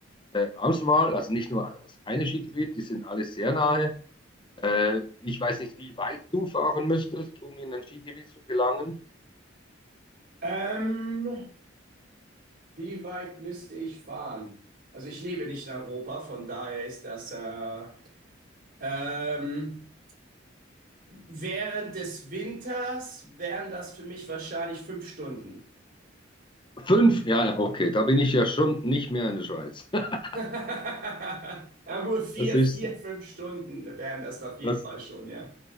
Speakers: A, on the left (about 25°); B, on the right (about 50°).
A: äh, Auswahl, also nicht nur das eine Skigebiet, die sind alle sehr nahe. Äh, ich weiß nicht, wie weit du fahren müsstest, um in ein Skigebiet zu gelangen.
B: Ähm, wie weit müsste ich fahren? Also ich lebe nicht in Europa, von daher ist das äh, ähm, während des Winters wären das für mich wahrscheinlich fünf Stunden.
A: Fünf, ja, ja, okay, da bin ich ja schon nicht mehr in der Schweiz. <laughs>
B: <laughs> Ja gut, vier,
A: Das ist
B: vier,
A: sie.
B: fünf Stunden wären das auf jeden
A: Das
B: Fall schon, ja.